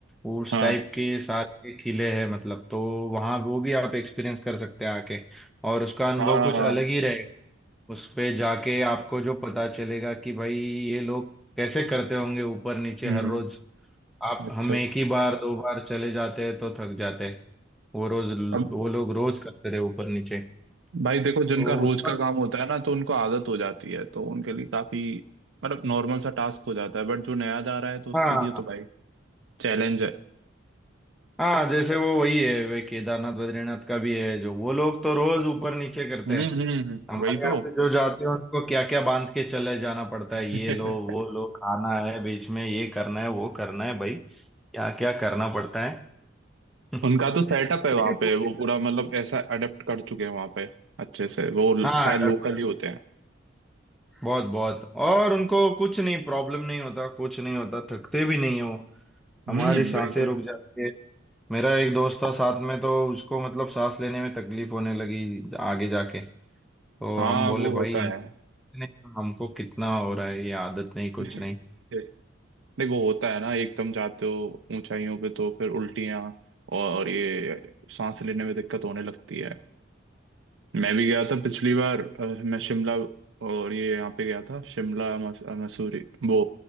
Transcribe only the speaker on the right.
हाँ
हाँ हाँ,
हाँ।
हम्म
अच्छा
अब
भाई देखो जिनका
रोज
का काम होता है ना तो उनको आदत हो जाती है तो उनके लिए काफी मतलब नॉर्मल सा टास्क हो जाता है बट जो नया जा रहा है तो उसके
लिए तो भाई चैलेंज है
हम्म
हम्म हम्म,
वही
तो
<laughs>
हम्म
उनका तो सेटअप
है वहां
पे वो
पूरा मतलब ऐसा अडेप्ट कर चुके हैं वहां पे अच्छे से वो ल-
शायद
लोकल ही होते हैं
हम्म
वही तो
हाँ
वो होता
है
<laughs>
नहीं वो होता है ना एकदम जाते हो ऊंचाइयों पे तो फिर उल्टियाँ और ये सांस लेने में दिक्कत होने लगती है मैं भी गया था पिछली बार अ, मैं शिमला और ये यहाँ पे गया था शिमला मस- अ, मसूरी वो